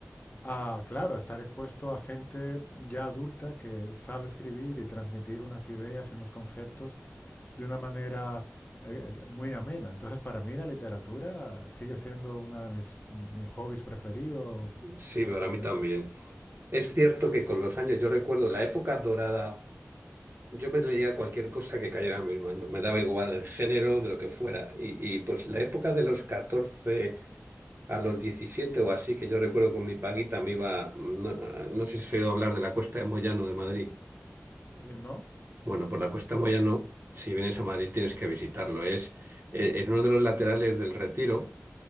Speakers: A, on the left (about 35°); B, on the right (about 50°).
A: a, claro, a estar expuesto a gente ya adulta que sabe escribir y transmitir unas ideas y unos conceptos de una manera eh, muy amena. Entonces, para mí la literatura sigue siendo uno de mis, mis hobbies preferidos,
B: sí,
A: eh,
B: para
A: realmente.
B: mí también. Es cierto que con los años, yo recuerdo la época dorada, yo me leía cualquier cosa que cayera en mis manos, me daba igual el género, de lo que fuera. Y, y, pues la época de los 14 a los 17 o así, que yo recuerdo con mi paguita me iba, no, no sé si has oído hablar de la Cuesta de Moyano de Madrid.
A: Eh, ¿no?
B: Bueno, por la Cuesta de Moyano, si vienes a Madrid tienes que visitarlo, es eh, en uno de los laterales del Retiro.